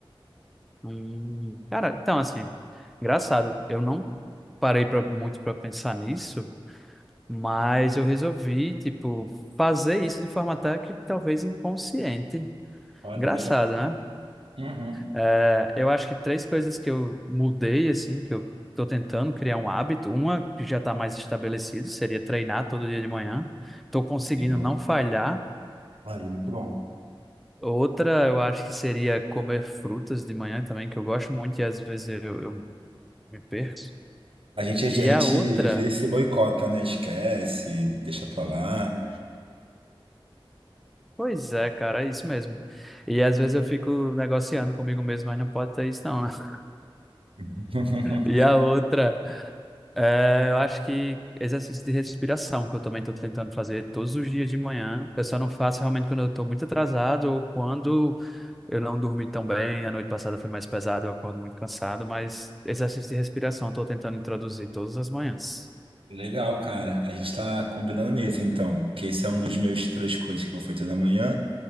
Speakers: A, in the centre; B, on the right (about 70°).
A: Hum, cara, então assim, engraçado, eu não parei pra, muito para pensar nisso, mas eu resolvi, tipo, fazer isso de forma até que talvez inconsciente.
B: Olha,
A: Engraçado, né?
B: hum,
A: É, eu acho que três coisas que eu mudei, assim, que eu tô tentando criar um hábito. Uma que já tá mais estabelecido, seria treinar todo dia de manhã. Tô conseguindo
B: e bo-
A: não falhar.
B: aí, muito bom.
A: Outra, eu acho que seria comer frutas de manhã também, que eu gosto muito e às vezes eu, eu me perco.
B: A gente, a
A: E
B: gente
A: a outra,
B: às vezes se boicota, né? Esquece, deixa pra lá.
A: pois é, cara, é isso mesmo. E às vezes eu fico negociando comigo mesmo, mas não pode ter isso não, né? <laughs>
B: <laughs>
A: E a outra. É, eu acho que exercício de respiração, que eu também estou tentando fazer todos os dias de manhã. Eu só não faço realmente quando eu estou muito atrasado ou quando eu não dormi tão bem. A noite passada foi mais pesada, eu acordo muito cansado, mas exercício de respiração estou tentando introduzir todas as manhãs.
B: Legal, cara. A gente tá combinando nesse, então. Que esse é um dos meus três coisas que eu fui toda manhã.